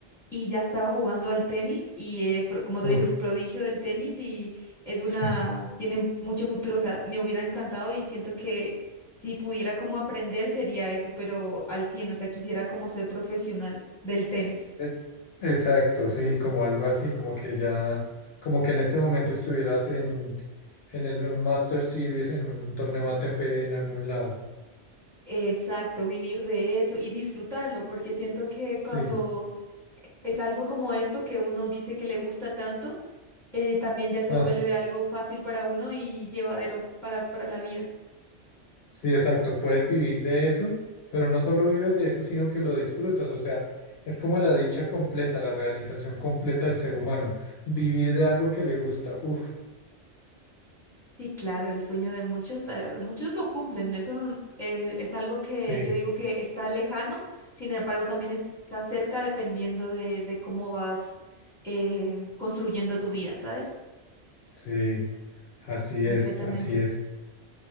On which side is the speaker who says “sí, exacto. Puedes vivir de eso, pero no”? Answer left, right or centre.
Left